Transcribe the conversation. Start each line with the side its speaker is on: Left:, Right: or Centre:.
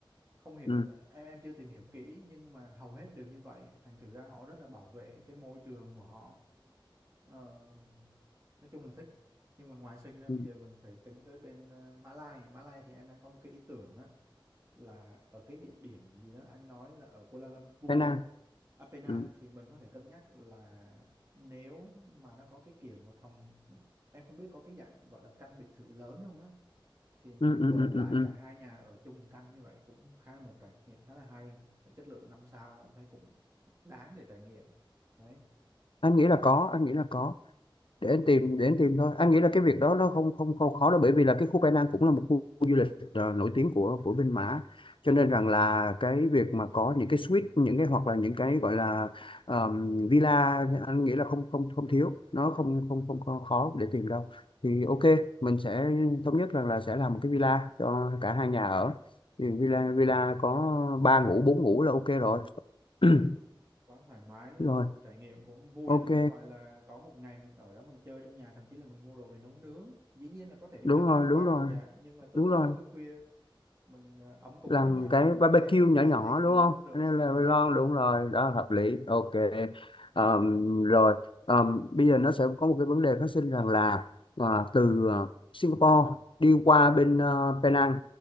Right: không hiểu
Left: ừ.
Right: em em chưa tìm hiểu kỹ nhưng mà hầu hết đều như vậy thành thử ra họ rất là bảo vệ cái môi trường của họ Ờ, nói chung là thích nhưng mà ngoài sinh ra
Left: ừ,
Right: bây giờ mình phải tính tới bên ờ, Mã Lai Mã Lai thì em đang có một cái ý tưởng á là ở cái địa điểm gì đó anh nói là ở Kuala Lumpur
Left: Thái Lan
Right: à, Penang
Left: ừ.
Right: thì mình có thể cân nhắc là nếu mà nó có cái kiểu mà phòng em không biết có cái dạng gọi là căn biệt thự lớn không á thì mình
Left: Ừ, ừ,
Right: gộp
Left: ừ,
Right: lại
Left: ừ, ừ.
Right: cả hai nhà ở chung căn như vậy cũng khá là một trải nghiệm khá là hay chất lượng năm sao em thấy cũng đáng để trải nghiệm đấy
Left: anh nghĩ là có anh nghĩ là có để anh tìm để anh tìm thôi anh nghĩ là cái việc đó nó không không không khó đâu bởi vì là cái khu Penang Nang cũng là một khu du lịch ờ, nổi tiếng của của bên Mã cho nên rằng là cái việc mà có những cái suite những cái hoặc là những cái gọi là ờm, villa anh nghĩ là không không không thiếu nó không không không có khó để tìm đâu thì ok mình sẽ thống nhất rằng là sẽ làm một cái villa cho cả hai nhà ở thì villa
Right: dạ
Left: villa có ba ngủ bốn ngủ là ok rồi <clears throat>
Right: Ừ, quá thoải mái luôn
Left: rồi
Right: mà trải nghiệm cũng vui
Left: ok
Right: nữa gọi là có một ngày mình ở đó mình chơi trong nhà thậm chí là mình mua đồ về nấu nướng dĩ nhiên là có thể đi
Left: đúng
Right: ăn
Left: rồi
Right: xung quanh
Left: đúng rồi
Right: nhà nhưng mà tối
Left: đúng
Right: tối
Left: rồi
Right: khuya khuya mình ờ, ấm cúng
Left: làm
Right: với nhau
Left: cái barbecue
Right: anh em làm
Left: nhỏ
Right: vài
Left: nhỏ
Right: ly
Left: đúng
Right: đồ
Left: không
Right: đúng đúng
Left: anh em là
Right: <laughs> dạ
Left: lon
Right: đúng rồi
Left: đúng rồi đó là hợp lý ok Ờm, rồi ờm, bây giờ nó sẽ có một cái vấn đề phát sinh rằng là à, từ à, Singapore đi qua bên ờ, Penang